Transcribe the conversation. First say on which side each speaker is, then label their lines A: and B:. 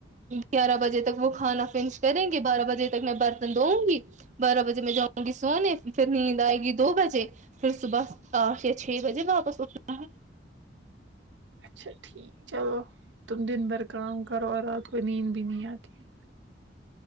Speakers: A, on the right (about 40°); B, on the right (about 80°).
A: گیارہ بجے تک وہ کھانا فنش کریں گے بارہ بجے تک میں برتن دھونگی بارہ بجے میں جاؤں گی سونے پھر نیند آئے گی دو بجے پھر صبح سات یا چھ بجے واپس اٹھنا ہے
B: اچھا ٹھیک چلو تم دن بھر کام کرو اور رات کو نیند بھی نہیں آتی ہے